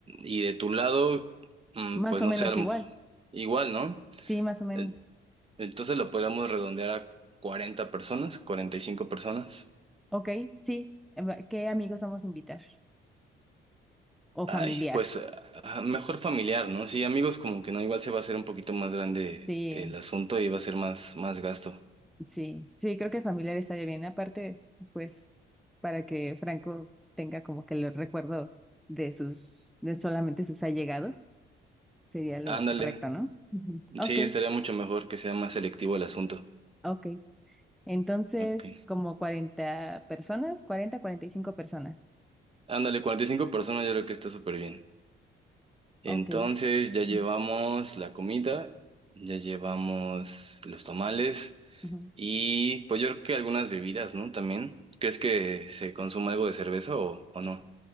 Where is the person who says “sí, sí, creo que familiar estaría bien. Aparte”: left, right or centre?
Centre